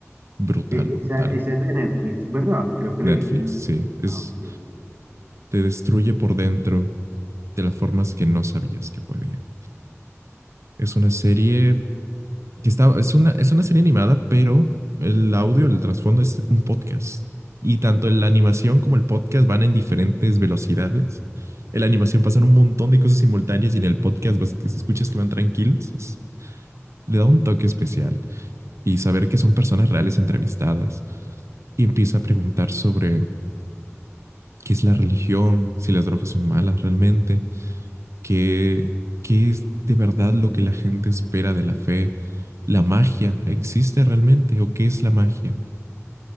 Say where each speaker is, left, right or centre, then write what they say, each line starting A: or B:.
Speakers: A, on the right; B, on the right.
A: brutal,
B: E-
A: brutal.
B: Esa, esa es de Netflix, ¿verdad? Creo que
A: Netflix,
B: la he visto en-
A: sí. Es,
B: Ah, ok.
A: te destruye por dentro de las formas que no sabías que podía. Es una serie que está, es una, es una serie animada, pero el audio, el trasfondo es un podcast. Y tanto la animación como el podcast van en diferentes velocidades. En la animación pasan un montón de cosas simultáneas y en el podcast vas, escuchas que van tranquilos. Es- le da un toque especial. Y saber que son personas reales entrevistadas. Y empieza a preguntar sobre qué es la religión, si las drogas son malas realmente, ¿Qué, qué es de verdad lo que la gente espera de la fe? ¿La magia existe realmente o qué es la magia?